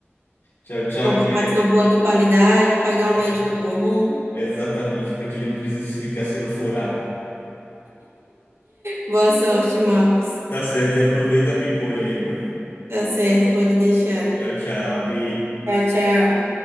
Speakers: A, on the left; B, on the right.
A: Tchau, tchau,
B: Comprar
A: que
B: uma ração boa de qualidade, pagar um
A: é
B: médico bom.
A: é exatamente, pra que ele não precise ficar sendo furado.
B: Boa sorte, Marcos.
A: Tá certo, e aproveita a pimpolha aí, viu?
B: Tá certo, pode deixar.
A: Tchau, tchau, Bi.
B: Tchau, tchau.